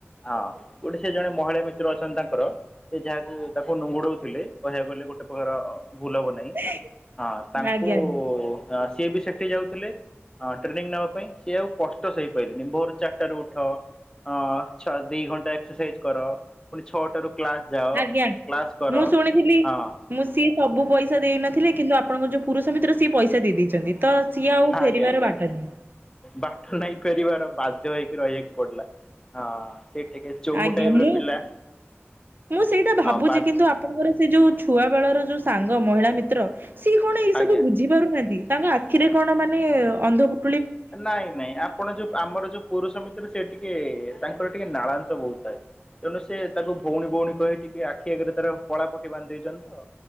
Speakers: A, on the left; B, on the right.
A: ହଁ ଗୋଟେ ସେ ଜଣେ ମହିଳା ମିତ୍ର ଅଛନ୍ତି ତାଙ୍କର ସେ ଯାହାକ ତାକୁ ନୁଙ୍ଗୁଡ଼ଉଥିଲେ କହିବାକୁ ଗଲେ ଗୋଟେ ପ୍ରକାର ଭୁଲ ହବ ନାହିଁ
B: ଆଜ୍ଞା
A: ହଁ ତାଙ୍କୁ
B: ଆଜ୍ଞା
A: ସିଏ ବି ସେଠି ଯାଉଥିଲେ। ହଁ ଟ୍ରେନିଂ ନବା ପାଇଁ ସିଏ ଆଉ କଷ୍ଟ ସଇପାରିଲେନି ଭୋର ଚାରିଟା ରୁ ଉଠ। ହ ଛ ଦି ଘଣ୍ଟା ଏକ୍ସରସାଇଜ କର ପୁଣୀ କ୍ଲାସ୍ ଯାଅ
B: ଆଜ୍ଞା।
A: କ୍ଲାସ୍ କର
B: ମୁଁ ଶୁଣିଥିଲି
A: ହଁ।
B: ମୁଁ ସିଏ ସବୁ ପଇସା ଦେଇନଥିଲି କିନ୍ତୁ ଆପଣଙ୍କ ଯୋଉ ପୁରୁଷ ମିତ୍ର ସିଏ ପଇସା ଦେଇ ଦେଇ ଛନ୍ତି ତ ସିଏ ଆଉ
A: ଆଜ୍ଞା
B: ଫେରିବାର
A: ଆଜ୍ଞା।
B: ବାଟ ନାହିଁ।
A: ବାଟ ନାଇଁ ଫେରିବାର ବାଧ୍ୟ ହେଇକି ରହିବାକୁ ପଡିଲା ହଁ ସେ ଟିକେ ଚୋମୁ
B: ଆଜ୍ଞା
A: ଟାଇପ
B: ମୁଁ
A: ର ପିଲା
B: ମୁଁ ସେଇଟା
A: ହଁ
B: ଭାବୁଛି
A: ବା
B: କିନ୍ତୁ ଆପ କିନ୍ତୁ ମୋର ସେ ଯୋଉ ଛୁଆ ବେଳର ଯୋଉ ସାଙ୍ଗ ମହିଳା ମିତ୍ର ସିଏ କଣ ଏଇ ସବୁ
A: ଆଜ୍ଞା।
B: ବୁଝି ପାରୁନାହାନ୍ତି ତାଙ୍କ ଆଖିରେ କଣ ମାନେ ଅନ୍ଧ ପୁ
A: ନାଇଁ ନାଇଁ ଆପଣ ଯୋଉ ଆମର ଯୋଉ ପୁରୁଷ ମିତ୍ର ସେ ଟିକେ ତାଙ୍କର ଟିକେ ନାଳାଂଶ ବହୁତ ଥାଏ। ତେଣୁ ସେ ତାକୁ ଭଉଣୀ ଭଉଣୀ କହି ଟିକେ ଆଖି ଆଗରେ ତାର କଳାପଟି ବାନ୍ଧି ଦେଇଛନ୍ତି ତ।